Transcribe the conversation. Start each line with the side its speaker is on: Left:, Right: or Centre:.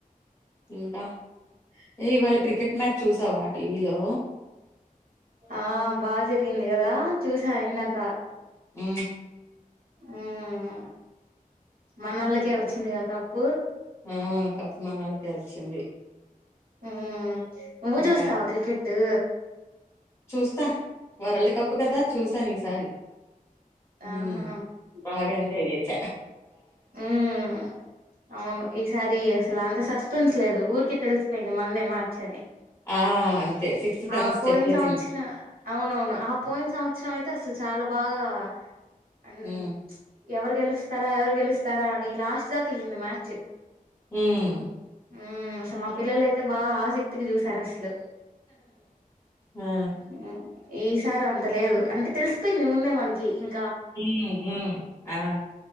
Left: ఇంకా ఏ ఇవాళ క్రికెట్ మ్యాచ్ చూసావా టీవీలో
Right: ఆ బా జరిగింది కదా చూసా ఇన్నాక
Left: ఉ
Right: ఊ అ మనోళ్ళకే
Left: ఇంకా
Right: వచ్చిందిగాకప్పు
Left: ఆ కప్ మనోళ్ళకే వచ్చింది
Right: ఊ నువ్వ్
Left: ఇంకా
Right: చూస్తావ క్రికెట్ అ
Left: చూస్తా వరల్డ్ కప్ కదా చూసాను ఈసారి హుమ్మ్
Right: ఆహా
Left: బాగ ఎంజాయ్ చేస్
Right: ఊమ్ అవును ఈసారి అసలు అంత సస్పెన్స్ లేదు ఊరికి తెలిసిపోయింది మన్నే మార్చని
Left: ఆ సిక్స్త్ సెన్స్
Right: ఆ పోయిన
Left: చెప్పేసింది
Right: సంవత్సరం అవునవును ఆ పోయిన సంవత్సరం అయితే అసలు చాల బాగా అన్
Left: హుమ్
Right: ఎవరు గెలుస్తారా ఎవరు గెలుస్తారా అని లాస్ట్ దాక వెళ్ళింది మ్యాచ్
Left: ఊమ్
Right: ఊమ్ అసలు మా పిల్లలు అయితే బాగా ఆసక్తిగ చూసారు అసలు
Left: ఆ
Right: ఉమ్ ఈసారి అంత లేదు అంటే తెలిసిపోయింది ముందే మనకి ఇం
Left: ఇ గా ఆ